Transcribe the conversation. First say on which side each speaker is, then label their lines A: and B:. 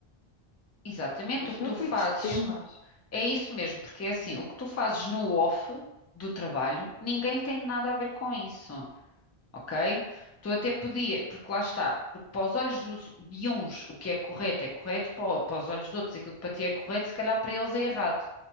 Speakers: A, on the left; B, on the left.
A: exatamente
B: isto
A: o que
B: são
A: tu
B: coitos
A: fazes.
B: de temas.
A: É isso mesmo, porque é assim, o que tu fazes no off do trabalho, ninguém tem nada a ver com isso. ok? Tu até podia porque lá está, porque para os olhos dos- de uns o que é correto é correto, para, o- para os olhos de outros aquilo que para ti é correto, se calhar para eles é errado,